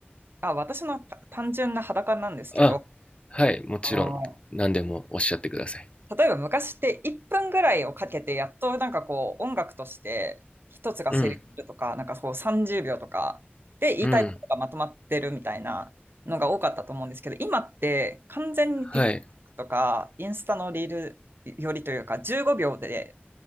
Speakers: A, on the right; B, on the left.
A: あ、私のた単純な裸なんですけど、
B: あはいもちろん何でもおっしゃってください。
A: あの例えば昔って1分ぐらいをかけて、やっとなんかこう音楽として一つが成立するとか、
B: うん
A: なんかこう30秒とかで言いたいことがまとまってるみたいなのが多かったと思うんですけど、
B: うん
A: 今って完全に TikTok
B: はい
A: とかインスタのリールよりというか、15秒で